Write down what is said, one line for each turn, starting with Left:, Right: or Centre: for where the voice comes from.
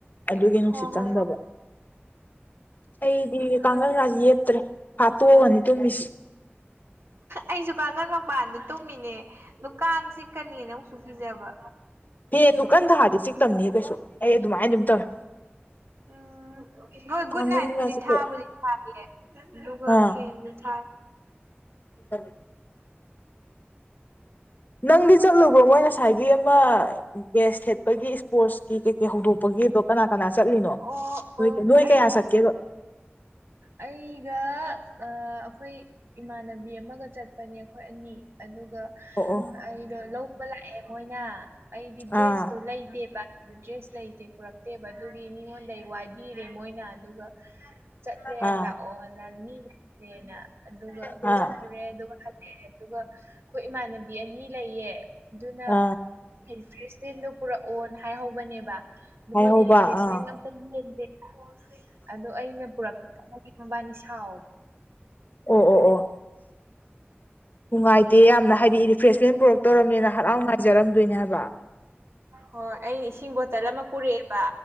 Left: ꯑꯗꯨꯒꯤ ꯅꯨꯡꯁꯤꯠ
Right: ꯍꯣ ꯍꯣ
Left: ꯆꯪꯗꯕ ꯑꯩꯗꯤ
Right: ꯑꯗꯨ
Left: ꯀꯥꯡꯈꯜ ꯉꯁꯤ ꯌꯦꯠꯇ꯭ꯔꯦ ꯐꯥꯠꯇꯣꯛꯑꯒꯅꯤ ꯇꯨꯝꯃꯤꯁꯤ
Right: ꯑꯩꯁꯨ ꯀꯥꯡꯒꯜ ꯃꯄꯥꯟꯗ ꯇꯨꯝꯃꯤꯅꯦ ꯑꯗꯨ ꯀꯥꯡ ꯆꯤꯛꯀꯅꯦꯅ ꯑꯃꯨꯛꯁꯨ ꯀꯤꯖꯕ
Left: ꯐꯦꯟꯗꯨ ꯀꯟ ꯊꯥꯔꯗꯤ ꯆꯤꯛꯇꯝꯅꯤꯍꯦ ꯀꯩꯁꯨ ꯑꯩ ꯑꯗꯨꯃꯥꯏꯅ ꯑꯗꯨꯝ ꯇꯧꯋꯦ
Right: ꯎꯝ ꯍꯣꯏ ꯒꯨꯗ
Left: ꯀꯥꯡꯒꯟꯒꯥꯁꯦ
Right: ꯅꯥꯏꯠꯄꯨꯗꯤ ꯊꯥꯕꯨꯗꯤ
Left: ꯀꯩ
Right: ꯊꯥꯕꯤꯌꯦ ꯑꯗꯨꯒ
Left: ꯑꯥ
Right: ꯐꯦꯟꯁꯨ ꯊꯥꯏ
Left: <unintelligible> ꯅꯪꯗꯤ ꯆꯠꯂꯨꯕꯣ ꯃꯣꯏ ꯉꯁꯥꯏꯒꯤ ꯑꯃ ꯕꯦꯁ ꯈꯦꯠꯄꯒꯤ ꯏꯁꯄꯣꯔꯠꯁ ꯀ ꯀꯦ ꯀꯩꯀꯩ ꯍꯧꯗꯣꯛꯄꯒꯤꯗꯣ ꯀꯅꯥ ꯀꯅꯥ ꯆꯠꯂꯤꯅꯣ
Right: ꯑꯣ ꯑꯣ
Left: ꯅ ꯅꯣꯏ
Right: ꯑꯩ
Left: ꯀꯌꯥ ꯆꯠꯀꯦꯕ
Right: ꯑꯩꯒ ꯑꯩꯈꯣꯏ ꯏꯃꯥꯟꯅꯕꯤ ꯑꯃꯒ ꯆꯠꯄꯅꯦ ꯑꯩꯈꯣꯏ ꯑꯅꯤ ꯑꯗꯨꯒ
Left: ꯑꯣ ꯑꯣ
Right: ꯑꯩꯗꯣ ꯂꯧꯕ ꯂꯥꯛꯑꯦ ꯃꯣꯏꯅ ꯑꯩꯗꯤ
Left: ꯑꯥ
Right: ꯗ꯭ꯔꯦꯁꯇꯣ ꯂꯩꯇꯦꯕ ꯑꯗꯨ ꯗ꯭ꯔꯦꯁ ꯂꯩꯇꯦ ꯄꯨꯔꯛꯇꯦꯕ ꯑꯗꯨꯒꯤ ꯃꯤꯉꯣꯟꯗ ꯋꯥꯏꯕꯤꯔꯦ ꯃꯣꯏꯅ ꯑꯗꯨꯒ ꯆꯠꯂꯦ
Left: ꯑꯥ
Right: ꯂꯥꯛꯑꯣ ꯅ ꯃꯤ ꯂꯩꯇꯔ꯭ꯦ ꯅ ꯑꯗꯨꯒ
Left: ꯑꯥ
Right: ꯆꯠꯂꯨꯔꯦ ꯑꯗꯨꯒ ꯍꯜꯂꯑꯦ ꯑꯗꯨꯒ ꯑꯩꯈꯣꯏ ꯏꯃꯥꯟꯅꯕꯤ ꯑꯅꯤ ꯂꯩꯌꯦ ꯑꯗꯨꯅ
Left: ꯑꯥ
Right: ꯔꯤꯐ꯭ꯔꯦꯁꯃꯦꯟꯗꯣ ꯄꯨꯔꯛꯑꯣꯅ ꯍꯥꯏꯍꯧꯕꯅꯦꯕ ꯑꯗꯨ
Left: ꯍꯥꯏꯍꯧꯕ
Right: ꯃꯣꯏꯗꯤ ꯔꯤꯐ꯭ꯔꯦꯁꯃꯦꯟꯒ
Left: ꯑꯥ
Right: <unintelligible> ꯗꯦ ꯑꯗꯣ ꯑꯩꯅ ꯄꯨꯔꯛꯄꯒꯤ ꯃꯕꯥꯅꯤ ꯁꯥꯎꯔꯤ
Left: ꯑꯣ ꯑꯣ ꯑꯣ ꯅꯨꯡꯉꯥꯏꯇꯦ ꯌꯥꯝꯅ ꯍꯥꯏꯗꯤ ꯔꯤꯐꯔ꯭ꯦ ꯁ ꯃꯦꯟ ꯄꯨꯔꯛ ꯇꯧꯔꯝꯅꯦꯅ ꯍꯔꯥꯎ ꯉꯥꯏꯖꯔꯝꯗꯣꯏꯅꯦꯕ
Right: ꯍꯣꯏ ꯑꯩꯅ ꯏꯁꯤꯡ ꯕꯣꯇꯜ ꯑꯃ ꯄꯨꯔꯛꯑꯦꯕ